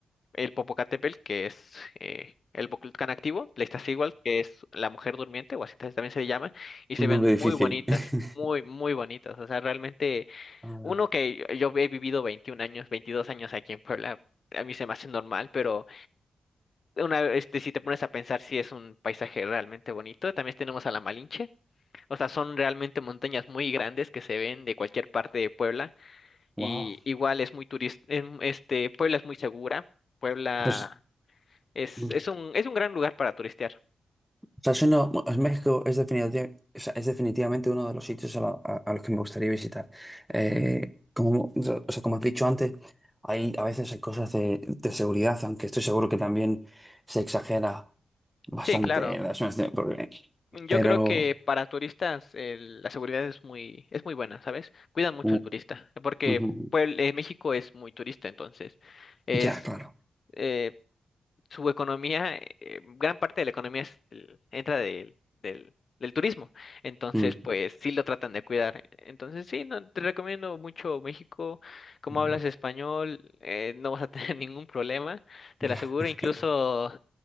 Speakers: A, on the left (about 55°); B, in the centre.
A: el Popocatépetl, que es eh, el Volcán activo, la Iztaccíhuatl, que es la mujer durmiente, o así ta- también se le llama, y se
B: un
A: ven
B: nombre
A: muy
B: difícil.
A: bonitas,
B: <laughs>
A: muy, muy bonitas. O sea, realmente,
B: Ahora.
A: uno que yo yo he vivido 21 años, 22 años aquí en Puebla, a mí se me hace normal, pero una, este, si te pones a pensar si es un paisaje realmente bonito, también tenemos a la Malinche, o sea, son realmente montañas muy grandes que se ven de cualquier parte de Puebla y
B: Wow.
A: igual es muy turista, este, Puebla es muy segura, Puebla
B: Pues,
A: es,
B: mm, o
A: es un, es un gran lugar para turistear.
B: sea, es uno, bueno, es México es, definitiva- o sea, es definitivamente uno de los sitios a, la- a- a los que me gustaría visitar. Eh, como, o sea, como has dicho antes, hay, a veces hay cosas de, de seguridad, aunque estoy seguro que también se exagera bastante
A: Sí, claro.
B: en las zonas de- porque-
A: Mm,
B: Pero,
A: Yo creo que para turistas el- la seguridad es muy, es muy buena, ¿sabes? Cuidan mucho
B: Uh,
A: al turista, porque
B: ujú,
A: pues, eh, México es muy turista, entonces es
B: ya, claro.
A: eh, su economía, eh, gran parte de la economía es- entra del, del, del turismo, entonces
B: Mm,
A: pues sí lo tratan de cuidar. Entonces sí, no, te recomiendo mucho México, como
B: Muy
A: hablas
B: bueno.
A: español, eh, no vas a tener <laughs> ningún problema, te
B: ya,
A: lo aseguro,
B: <laughs>
A: incluso...